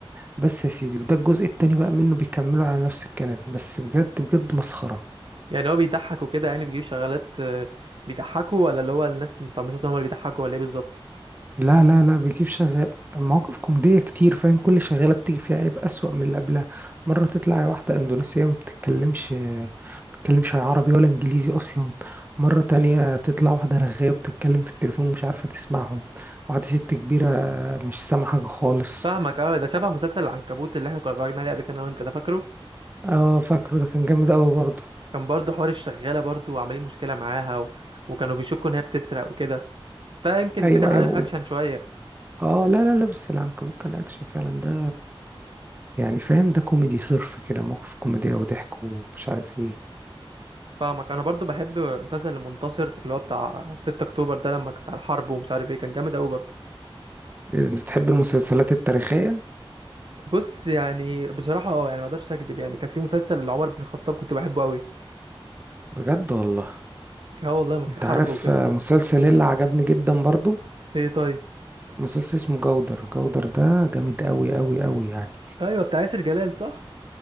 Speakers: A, on the right; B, on the right.
A: بس يا سيدي وده الجزء التاني بقى منه بيكملوا على نفس الكلام بس بجد بجد مسخرة
B: يعني هو بيضحك وكده يعني بيجيب شغالات آه، بيضحكوا ولا اللي هو الناس اللي بتاع مسلسل هم اللي بيضحكوا ولا ايه بالظبط
A: لا لا لا بيجيب شغال مواقف كوميدية كتير فاهم كل شغالة بتيجي فيها عيب أسوأ من اللي قبلها مرة تطلع واحدة أندونيسية ما بتتكلمش بتتكلمش عربي ولا إنجليزي أصلا مرة تانية تطلع واحدة رغاية بتتكلم في التليفون ومش عارفة تسمعهم واحدة ست كبيرة مش سامعة حاجة خالص
B: فاهمك اه ده شبه مسلسل العنكبوت اللي احنا كنا اتفرجنا عليه قبل كده انا وانت ده فاكره
A: اه فاكره ده كان جامد أوي برضه
B: كان برضه حوار الشغالة برضه وعاملين مشكلة معاها و... وكانوا بيشكوا ان هي بتسرق وكده بس ده يمكن
A: أيوه
B: ده كان أ-
A: أيوه
B: اكشن شوية
A: اه لا لا لا بس العنكبوت كان أكشن فعلا ده يعني فاهم ده كوميدي صرف كده مواقف كوميدية وضحك ومش عارف ايه
B: فاهمك انا برضه بحب مسلسل المنتصر اللي هو بتاع 6 اكتوبر ده لما كان بتاع الحرب ومش عارف ايه كان جامد قوي برضه
A: إيه ده، انت بتحب المسلسلات التاريخية
B: بص يعني بصراحة اه يعني ما اقدرش اكدب يعني كان في مسلسل لعمر بن الخطاب كنت بحبه قوي
A: بجد والله
B: اه والله ما في
A: انت
B: حرب
A: عارف
B: وكده
A: آه، مسلسل ايه اللي عجبني جدا برضو
B: ايه طيب
A: مسلسل اسمه جودر جودر ده جامد قوي قوي قوي يعني
B: ايوه بتاع ياسر جلال صح